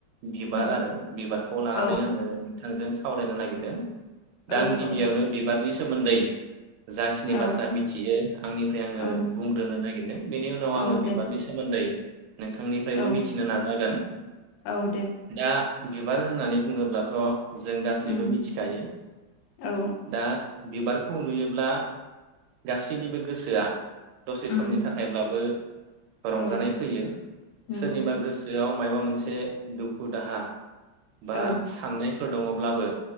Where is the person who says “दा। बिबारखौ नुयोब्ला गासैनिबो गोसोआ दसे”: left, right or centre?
Right